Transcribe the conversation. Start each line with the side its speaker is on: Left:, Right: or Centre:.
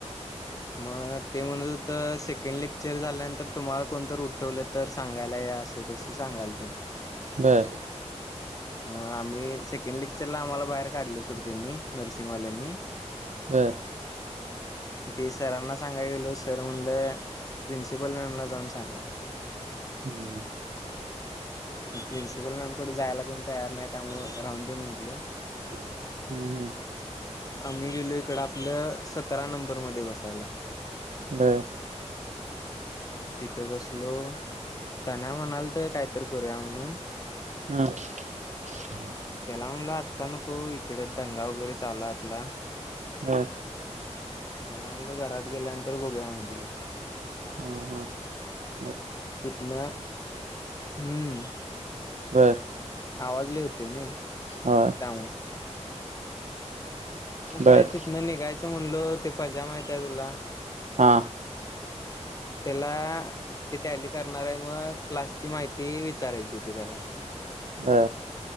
Left: <inaudible> म ते म्हणत हु त सेकंड लेक्चर झाल्यानंतर तुम्हाला कोणतर उठवलं तर सांगायला या. सर तसं सांगालत. <inaudible>
Right: बर.
Left: म आम्ही सेकंड लेक्चरला आम्हाला बाहेर काढल सोड त्यांनी नर्सिंगवाल्यांनी.
Right: व्हय.
Left: ते सरांना सांगाय गेल, सर म्हणलं प्रिन्सिपल मॅमला जाऊन सांगा.
Right: हम्म. <inaudible>
Left: प्रिन्सिपल मॅम कडे जायला कोण तयार नाय, त्यामुळ राहून दे म्हनलो.
Right: हम्म, हम्म
Left: आम्ही गेलो इकडं आपलं सतरा नंबरमध्ये बसायला.
Right: बर.
Left: तिथं बसलो, तण्या म्हणालत कायतर करूया म्हणून.
Right: हम्म. <inaudible>
Left: त्याला म्हनलं आत्ता नको इकड दंगा वगैरे चालू हाय आपला.
Right: ह.
Left: त्याला म्हणलं, घरात गेल्यानंतर बघूया म्हटलो.
Right: हम्, हम
Left: तितन <inaudible> हम्म
Right: बर.
Left: आवाज लई हुतोय नी
Right: होय.
Left: त्यामुळ मग
Right: बर.
Left: काय तिथंन निघायचं म्हणल ते पज्या माहित आहे तुला?
Right: हा.
Left: <inaudible> त्याला, ती टॅली करणार आहे, मग क्लासची माहिती विचारायची होती त्याला.
Right: ह.